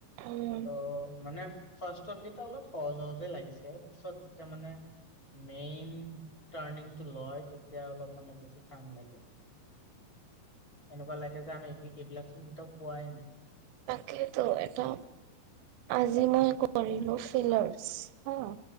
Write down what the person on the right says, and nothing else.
উম।
সেইটো এটা আজি মই কৰিলো ফিলাৰস হা।